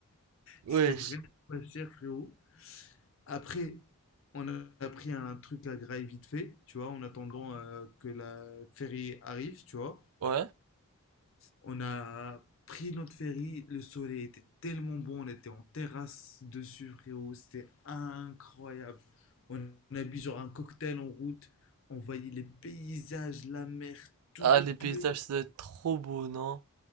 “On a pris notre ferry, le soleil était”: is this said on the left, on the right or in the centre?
Left